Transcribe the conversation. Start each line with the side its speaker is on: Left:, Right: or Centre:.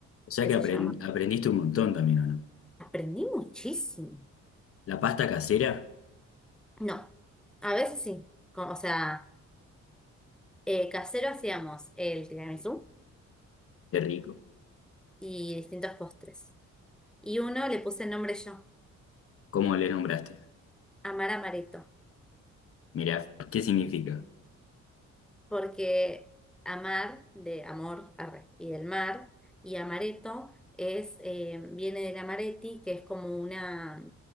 Left: O sea
Centre: que
Left: que
Centre: se
Left: apren-
Centre: llama.
Left: aprendiste un montón también, ¿o no?
Centre: Aprendí muchísimo.
Left: La pasta casera,
Centre: No, a veces sí. co- O sea, Eh, casero hacíamos el tiramisú
Left: qué rico.
Centre: y distintos postres. Y uno le puse el nombre yo,
Left: ¿Cómo le nombraste?
Centre: Amar Amaretto,
Left: Mirá, ¿qué significa?
Centre: porque amar de amor arre, y del mar, y amaretto es, eh, viene del amaretti, que es como una,